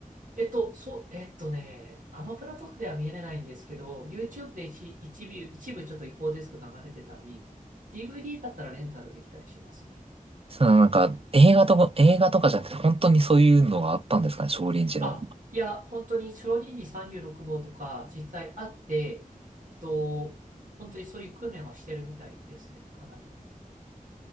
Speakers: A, on the right; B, on the right.
A: えっと、そう、えっとね、アマプラとかでは見れないんですけど、YouTube で一、一部、一部ちょっと違法ですけど流れてたり、DVD だったらレンタルできたりしますね。
B: そのなんか、映画とか、映画とかじゃなくて、本当にそういうのがあったんですかね少林寺の。
A: あ、いや、本当に小児児36号とか実際あって、えっと、本当にそういう訓練はしてるみたいですね、かなり。